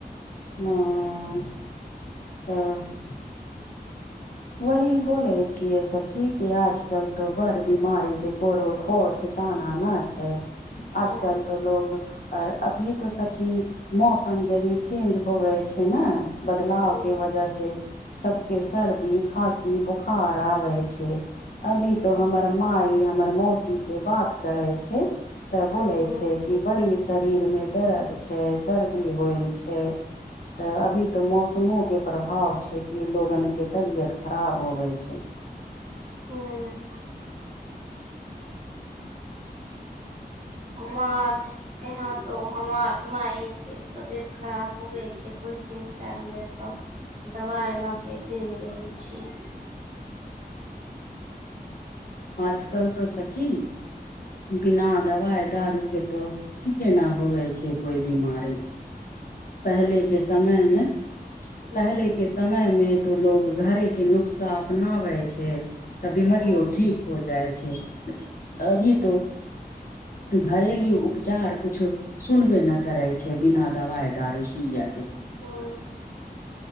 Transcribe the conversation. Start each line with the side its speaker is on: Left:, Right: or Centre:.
Left: हँ तऽ वही बोले छिये सखी के आजकल तो बड़ बीमारी के कोनो ठोर ठिकाना न छै आजकल
Right: हूं
Left: तो लोग आओर अभी तो सखी मौसम ज भी चेन्ज होवे छै ने बदलाव
Right: हूं
Left: के वजह से सबके सर्दी खाँसी बुखार आबे छै, अभी तो हमर माइ हमर मौसी से बात करै छै। तऽ बोले
Right: हूं
Left: छै कि बड़ी शरीर मे दर्द छै सर्दी होयल छै तऽ अभी ते मौसमो के प्रभाव छै कि लोगन केँ तबियत खराब होबै छै
Right: हुँ
Left: <unintelligible>
Right: हमर यहाँ <unintelligible> तो हमर मायके तबियत खराब होे छै कुछ दिन पहिले तऽ दबाइ लाके एते नहि रहै छीयै
Left: आजकल तऽ सखी बिना दवा दारू के तऽ ठीके न होवे छै कोइ बीमारी पहले के समय मे
Right: हूं
Left: पहले के समय में तो लोग घरे के नुकसा अपनावै छै, तऽ बीमारियो
Right: हूं
Left: ठीक हो जाइ छै अभी तो घरेलू उपचार कुछो सुनबे नहि करै छै बिना। दवाए दारू सुइया के
Right: हँ